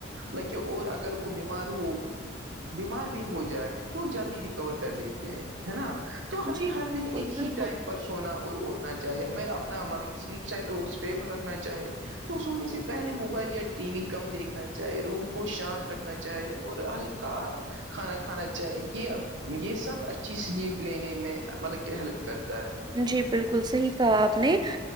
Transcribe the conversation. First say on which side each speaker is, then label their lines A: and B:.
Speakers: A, on the right; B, on the right.
A: لط کہ اور اگر وہ بیمار ہو بیمار بھی ہو جائے تو جلدی ریکور کر لیتے ہیں ہے نا تو ہمیں
B: جی
A: ہر
B: بالکل
A: دن ایک
B: بالکل
A: ہی ٹائم پر سونا اور اٹھنا چ چاہے ہمیں اپنا ملب سلیپ سائیکل کو اسٹیبل رکھنا چاہے تو سونے سے پہلے موبائل یا ٹی وی کم دیکھنا چاہے روم کو شانت رکھنا چاہے اور ہل کا کھانا کھانا چاہیے یہ اب یہ سب اچھی سلیپ لینے میں مطلب کہ ہیلپ کرتا ہے
B: جی بالکل صحیح کہا آپ نے